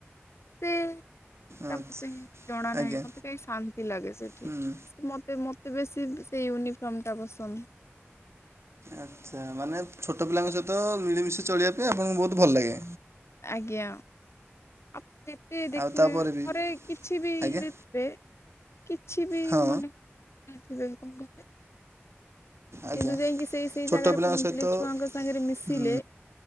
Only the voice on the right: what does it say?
ଆଚ୍ଛା
ଆଜ୍ଞା
ହୁଁ
ଆଚ୍ଛା ମାନେ ଛୋଟ ପିଲାଙ୍କ ସହିତ ମିଳିମିଶି ଚଳିବା ପାଇଁ ଆପଣଙ୍କୁ ବହୁତ ଭଲଲାଗେ।
ଆଉ ତାପରେ ବି
ଆଜ୍ଞା
ହଁ
ଆଜ୍ଞା
ଛୋଟ
ପିଲାଙ୍କ
ସହିତ
ହୁଁ